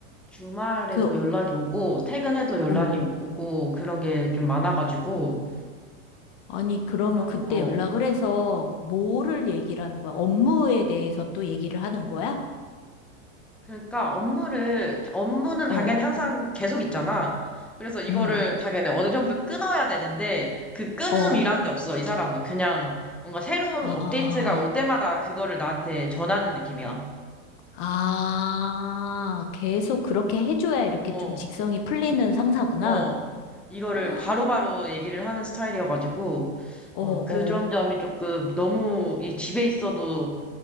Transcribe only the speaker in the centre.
주말에도
연락이 오고, 퇴근해도 연락이
오고, 그런 게 좀 많아가지고,
그런,
어,
그러니까 업무를, 업무는 당연히
항상 계속 있잖아. 그래서 이거를
당연히 어느 정도 끊어야 되는데, 그 끊음이란
게 없어, 이 사람은. 그냥 뭔가 새로운
업데이트가 올 때마다 그거를 나한테 전하는 느낌이야.
어,
어. 이거를
바로바로 얘기를 하는 스타일이어가지고,
아,
그런 점이 조금 너무 이 집에 있어도